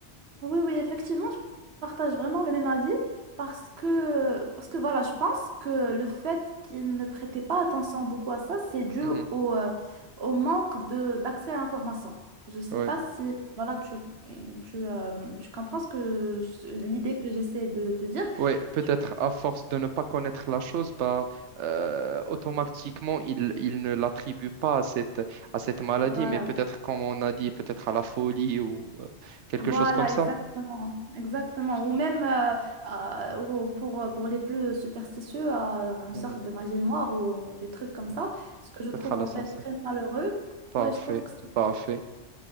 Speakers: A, on the right; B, on the right.
A: Oui, oui, effectivement, je partage vraiment le même avis parce que, parce que voilà, je pense que le fait qu'ils ne prêtaient pas attention beaucoup à ça, c'est dû
B: Mhm.
A: au, euh, au manque de, d'accès à l'information. Je ne sais
B: Ouais.
A: pas si voilà, tu, tu, euh, tu comprends ce que je- l'idée que j'essaie de te dire.
B: Ouais, peut-être
A: Je-
B: à force de ne pas connaître la chose, bah, euh, automatiquement, il, il ne l'attribue pas à cette, à cette maladie,
A: Voilà,
B: mais peut-être, comme on a dit, peut-être à la folie ou euh, quelque
A: Voilà,
B: chose comme ça.
A: exactement, exactement. Ou même euh, euh, ou pour, pour les plus superstitieux, euh, une
B: Mhm.
A: sorte de magie noire ou des trucs comme
B: Mhm.
A: ça, ce que je
B: Peut-être
A: trouve
B: à la
A: en
B: sorcellerie.
A: fait très malheureux.
B: Parfait,
A: Ouais, je trouve que c'est-
B: parfait.